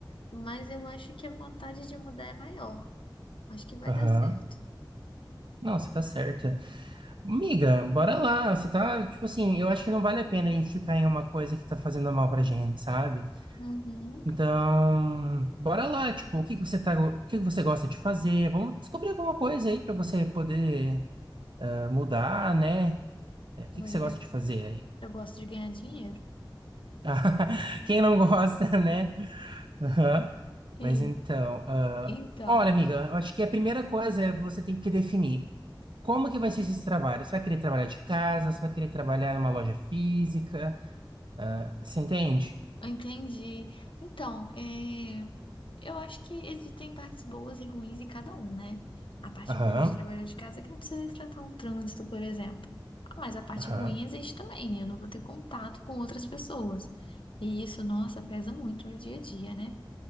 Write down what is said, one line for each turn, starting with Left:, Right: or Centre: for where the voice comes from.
Left: Mas eu acho que a vontade de mudar é maior. Acho que vai
Right: Aham.
Left: dar certo.
Right: Não, você tá certa. Amiga, bora lá. Você tá, tipo assim, eu acho que não vale a pena a gente ficar em uma coisa que tá fazendo mal pra gente, sabe?
Left: Uhum.
Right: Então, bora lá, tipo, o que que você tá, o que que você gosta de fazer? Vamos descobrir alguma coisa aí pra você poder ah, mudar, né? É, O que
Left: Olha,
Right: que você gosta de fazer aí?
Left: eu gosto de ganhar dinheiro.
Right: <laughs> Quem não gosta, <laughs> né? Aham. Mas
Left: E
Right: então, ah,
Left: então,
Right: olha, amiga, eu acho que a primeira coisa é você tem que definir como que vai ser esse trabalho. Você vai querer trabalhar de casa? Você vai querer trabalhar numa loja física? Ah, você entende?
Left: eu entendi. Então, é, eu acho que existem partes boas e ruins em cada um, né? A parte
Right: Aham,
Left: boa de trabalhar de casa é que não precisa enfrentar um trânsito, por exemplo. Mas a parte
Right: aham.
Left: ruim existe também. né? Eu não vou ter contato com outras pessoas. E isso, nossa, pesa muito no dia a dia, né?